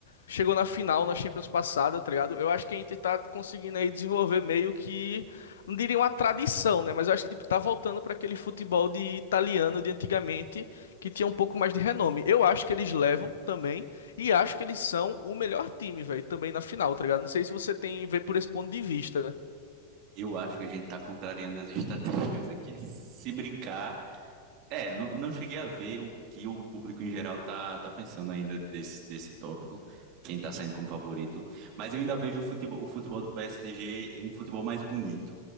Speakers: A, on the left; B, on the right.
A: chegou na final na Champions passada, tá ligado? Eu acho que a Inter tá conseguindo aí desenvolver meio que, não diria uma tradição, né? Mas eu acho que tipo, tá voltando pra aquele futebol de italiano de antigamente, que tinha um pouco mais de renome. Eu acho que eles levam também e acho que eles são o melhor time, velho, também na final, tá ligado? Não sei se você tem vê por esse ponto de vista.
B: Eu acho que a gente tá contrariando as estatísticas aqui. Se brincar. É, não, não cheguei a ver o que o público em geral tá, tá pensando ainda desse, desse tópico, quem tá saindo como favorito, mas eu ainda vejo o futebol, o futebol do PSG um futebol mais bonito.